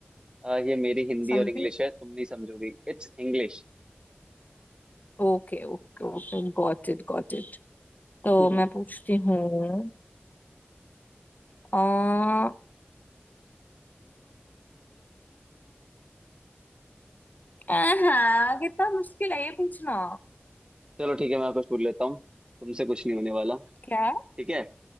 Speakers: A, on the right; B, on the left.
A: अ, ये मेरी हिंदी
B: Something
A: और इंग्लिश है तुम नहीं समझोगी इट्स इंग्लिश
B: Okay okay okay got it got it तो
A: <laughs>
B: मैं पूछती हूँ आ हाँ कितना मुश्किल है ये पूछना
A: चलो ठीक है मैं कुछ पूछ लेता हूँ तुमसे कुछ नहीं होने वाला
B: क्या
A: ठीक है